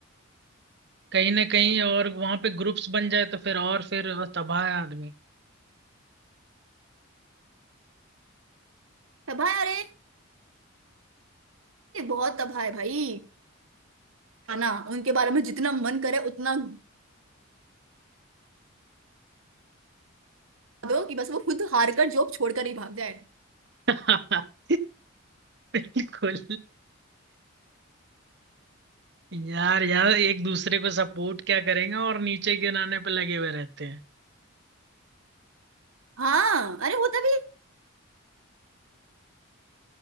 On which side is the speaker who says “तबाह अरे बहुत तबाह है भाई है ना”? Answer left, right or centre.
Right